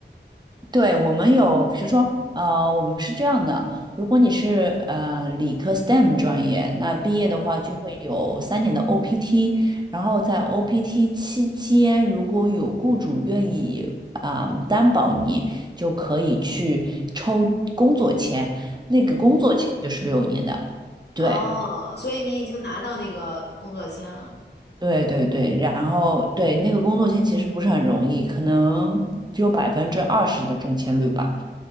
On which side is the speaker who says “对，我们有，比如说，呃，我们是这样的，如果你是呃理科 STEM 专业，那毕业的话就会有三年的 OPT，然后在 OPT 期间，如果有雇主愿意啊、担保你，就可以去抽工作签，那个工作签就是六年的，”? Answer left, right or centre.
Right